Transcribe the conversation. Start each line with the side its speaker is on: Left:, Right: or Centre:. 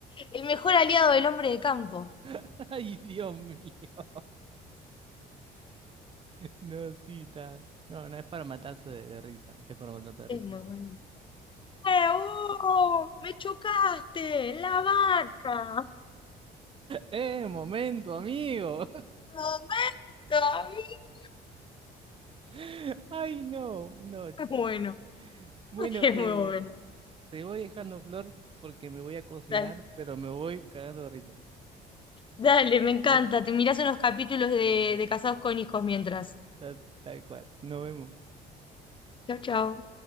Left: El mejor aliado del hombre de campo.
Right: <laughs> Ay, Dios mío. No, sí, está. No, no es para matarse de, de risa, es para matarse de
Left: Es
Right: risa.
Left: muy bueno. ¡Eh, oh! ¡Me chocaste! ¡La vaca!
Right: ¡Eh, momento, amigo!
Left: ¡Momento, amigo!
Right: <laughs> Ay, no, noche.
Left: Bueno,
Right: Bueno,
Left: <laughs> es
Right: eh,
Left: muy bueno.
Right: Te voy dejando flor porque me voy a cocinar,
Left: Dale,
Right: pero me voy cagando de risa.
Left: dale, me encanta.
Right: Dale,
Left: Te mirás unos capítulos de, de Casados con Hijos mientras.
Right: tal, tal cual. Nos vemos.
Left: Chau, chau.